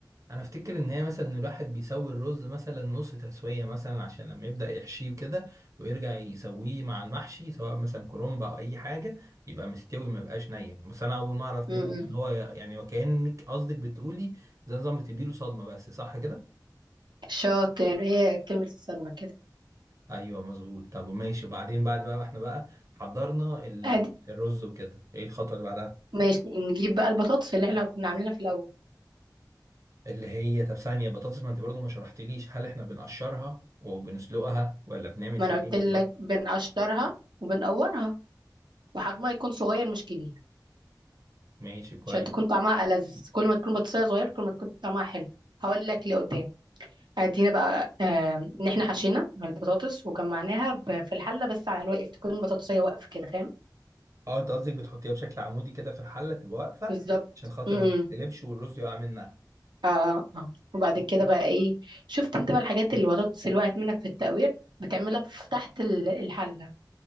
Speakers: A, on the right (about 45°); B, on the right (about 80°).
A: انا افتكر ان هي مثلا إن الواحد بيسوي الرز مثلا نص تسويه مثلا عشان لما يبدا يحشيه كده ويرجع يسويه مع المحشي سواء مثلا كرنب او اي حاجه يبقى مستوي ما يبقاش ني بس انا اول ما اعرف
B: امم
A: منك ان هو يعني وكانك قصدك بتقولي زي نظام بتديله صدمه بس صح كده
B: شاطر هي كلمة الصدمة كده
A: ايوه مظبوط طب ماشي وبعدين بعد بقى ما احنا بقى حضرنا ال-
B: ادي
A: الرز وكده ايه الخطوه اللي بعدها
B: ماشي نجيب بقى البطاطس اللي احنا كنا عاملينها في الأول
A: اللي هي طب ثانيه بطاطس ما انت برضو ما شرحتليش هل احنا بنقشرها وبنسلقها ولا بنعمل
B: ما
A: فيه
B: أنا قلت
A: ايه بالظبط
B: لك بنقشرها وبنقورها وحجمها يكون صغير مش كبير
A: ماشي كويس
B: عشان تكون طعمها ألذ كل ما تكون بطيخة صغير كل ما تكون طعمها حلو هقول لك لقدام ادينا بقى آم، ان احنا حشينا من البطاطس وجمعناها ب- في الحله بس على الواقف تكون بطاطسيه واقفه كده فاهم
A: اه انت قصدك بتحطيها بشكل عمودي كده في الحله تبقى واقفه
B: بالظبط
A: عشان خاطر
B: امم
A: ما تتقلبش والرز يقع منها
B: اه اه آه. وبعد كده بقى ايه شفت انت بقى الحاجات اللي البطاطس اللي وقعت منك في التقوير بتعملها في تحت ال- الحله